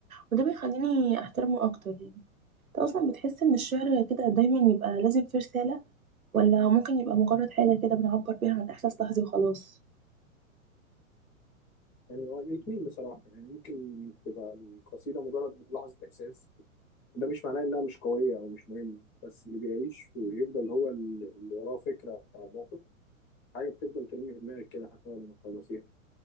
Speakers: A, on the right (about 80°); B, on the left (about 30°).
A: وده بيخليني احترمه اكتر يعني انت اصلا بتحس ان الشعر كده دايما يبقى لازم فيه رسالة ولا ممكن يبقى مجرد حاجة كده بنعبر بيها عن احساس لحظي وخلاص
B: يعني هو الاثنين بصراحة يعني ممكن تبقى القصيدة مجرد لحظة إحساس ده مش معناه إنها مش قوية أو مش مهمة بس اللي بيعيش ويفضل هو ال- اللي وراه فكرة أو موقف حاجة بتفضل ترن في دماغك كده حتى بعد ما تخلصيها